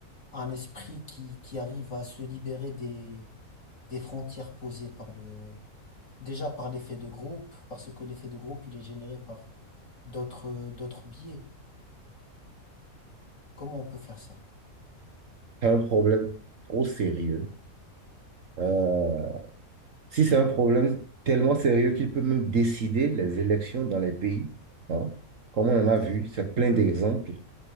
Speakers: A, on the left; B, on the right.
A: un esprit qui, qui arrive à se libérer des, des frontières posées par le, déjà par l'effet de groupe, parce que l'effet de groupe, il est généré par d'autres, euh, d'autres biais. Comment on peut faire ça?
B: un problème trop sérieux. Euh, si c'est un problème tellement sérieux qu'il peut même décider les élections dans les pays, hein, comme on en a
A: Carrément.
B: vu, c'est plein d'exemples.